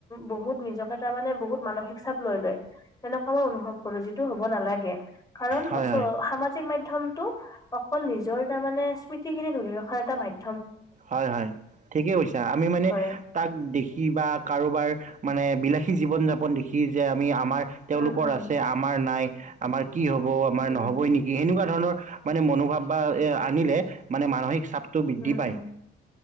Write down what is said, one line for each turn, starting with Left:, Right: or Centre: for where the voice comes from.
Left: বহুত নিজকে তাৰ মানে বহুত মানসিক চাপ লৈ লয়। তেনেকুৱা মই অনুভৱ কৰো যিটো হব নালাগে। কাৰণ
Right: হয়,
Left: চ
Right: হয়।
Left: সামাজিক মাধ্য ধ্যমটো অ কল নিজৰ তাৰ মানে স্মৃতিখিনি ধৰি ৰখাৰ এটা মাধ্য
Right: হয় হয় ঠিকেই কৈছা আমি মানে
Left: হয়
Right: তাক দেখি বা কাৰোবাৰ মানে বিলাসী জীৱন যাপন দেখি যে আমি আ আমাৰ তেওঁলোকৰ
Left: উম উম
Right: আছে আমাৰ নাই আমাৰ কি হ'ব আমাৰ
Left: উম
Right: নহবই নেকি এনেকুৱা ধৰণৰ মানে মনোভাৱ বা এ আনিলে মানে মানসিক চাপ টো বৃদ্ধি
Left: উম,
Right: পায়।
Left: উম,